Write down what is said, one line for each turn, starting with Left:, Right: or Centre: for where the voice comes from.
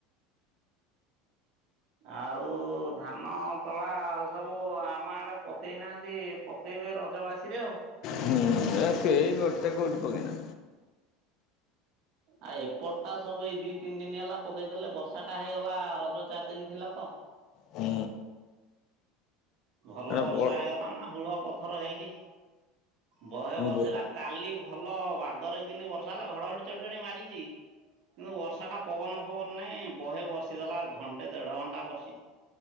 Right: ଆଉ ଧାନ ତଳା ସବୁ ଆମ ଆଡେ ପକେଇ ନାହାଁନ୍ତି। ପକେଇବେ ରଜ ବାସିରେ ଆଉ।
Left: ହୁଁ ଏ କେହି ଗୋଟେ କଉଠି ପକେନା
Right: ଆଉ ଏପଟ ଟା ସବୁ ଏଇ ଦି ତିନି ଦିନ ହେଲା ପକେଇଦେଲେ ବର୍ଷା ଟା ହେଇଗଲା ରଜ ଚାରି ଦିନ ଥିଲା ତ।
Left: ହୁଁ।
Right: ଭଲ
Left: ଏଟା
Right: ବର୍ଷା
Left: ବଡ
Right: ହେଇଗଲା ନା ହୁଳ ପଥର ହେଇକି ବହେ ବର୍ଷିଲା
Left: ବ
Right: କାଲି ଭଲ ବାଘରେ କିିନି ବର୍ଷା ହେଲା ଘଡଘଡି ଚଡଚଡି ମାରିଛି କିନ୍ତୁ ବର୍ଷା ଟା ପବନ ଫବନ ନାଇଁ ବହେ ବର୍ଷିଦେଲା ଘଣ୍ଟେ ଦେଢ ଘଣ୍ଟା ବର୍ଷିଛି।